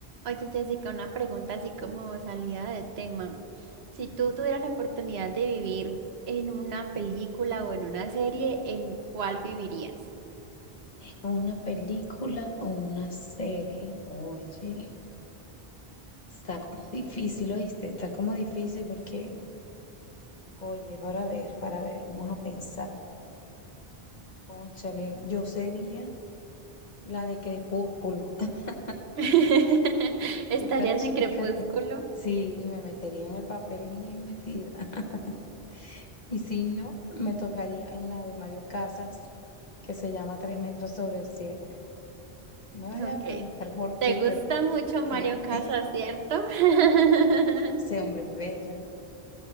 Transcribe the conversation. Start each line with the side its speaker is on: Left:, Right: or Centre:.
Right: Oye, Jessica, una pregunta así como salida de tema. Si tú tuvieras la oportunidad de vivir en una película o en una serie, ¿en cuál vivirías?
Left: ¿En una película o una serie? Oye, está como difícil, ¿oíste? Está como difícil porque, oye, para ver, para ver, vamos a pensar. Cónchale, yo sería la de Crepúsculo. <laughs>
Right: <laughs> ¿Estarías
Left: Esta chica
Right: en Crepúsculo?
Left: que sí, me metería en el papel bien metida. <laughs> Y si no, me tocaría en la de Mario Casas, que se llama Tres metros sobre el cielo. Me vayas
Right: Ok.
Left: a preguntar por
Right: ¿Te
Left: qué,
Right: gusta
Left: creo que
Right: mucho
Left: creo.
Right: Mario Casas,
Left: <laughs>
Right: cierto? <laughs>
Left: Ese hombre es bello.